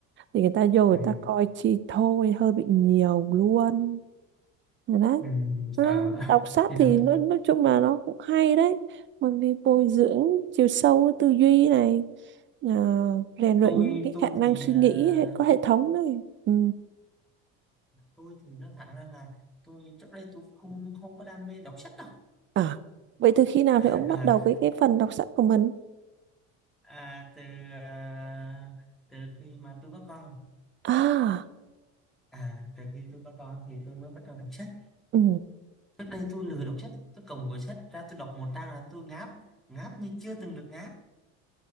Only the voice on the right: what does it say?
thì người ta vô người
ta coi chi thôi hơi bị nhiều luôn Rồi đấy
Nó
đọc sách
thì
nó, nói chung là nó cũng hay đấy bởi vì bồi dưỡng chiều sâu tư duy này à, rèn
luyện những cái
khả năng
suy
nghĩ hệ- có hệ thống này ừ.
à vậy từ khi
nào thì ông
bắt đầu cái cái phần đọc sách của mình
à
ừ.